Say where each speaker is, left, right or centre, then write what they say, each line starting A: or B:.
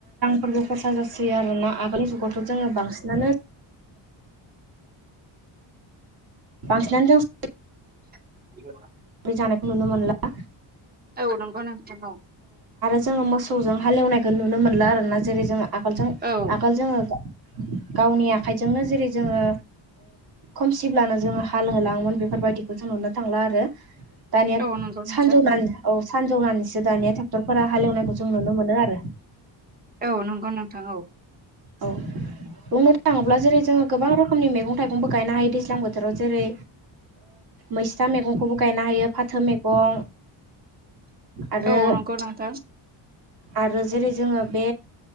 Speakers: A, on the right; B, on the right.
A: फोरबो खरसा जासोयो आरोना आगोल जुगावथ' जोङो बांसिनानो बांसिनानो <unintelligible>
B: <unintelligible>
A: सावरि जानायखौ नुनो मोनला
B: औ नंगौ नोंथां औ।
A: जोङो मोसौजों हालेवनायखौ नुनो मोनला आरोना जेरै जोङो आगोलजों
B: औ
A: आगोल जोङो
B: <inaudible>
A: गावनि आखाइजोंनो जेरै जोङो खोमसिब्लानो जोङो हाल होलाङोमोन बेफोरबायदिखौ जोङो नुनो थांला आरो दानिया
B: औ नंगौ
A: सानजौनानो
B: नोंथां
A: औ सानजौनानैसो दानिया ट्रेक्टरफोरा हालेवनायखौ जों नुनो मोनो आरो
B: औ नंगौ नोंथां औ।
A: औ बुंनो थाङोब्ला जेरै जोङो गोबां रोखोमनि मैगं थाइगंबो गायनो हायोदि दैज्लां बोथोराव जेरै मैस्था मैगंखौबो गायनो हायो फाथो मैगं आरो
B: औ नंगौ नोंथां।
A: आरो जेरै जोङो बे